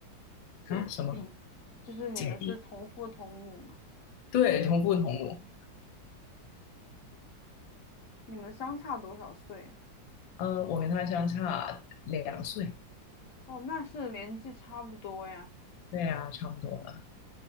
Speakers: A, on the left (about 50°); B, on the left (about 80°).
A: 姐弟，
B: 啊，什么
A: 就是你们是同父同母嘛？
B: 姐弟？对，同父同母。
A: 哦，你们相差多少岁啊？
B: 呃，我跟他相差两岁，
A: 哦，那是年纪差不多呀。
B: 对呀、差不多了。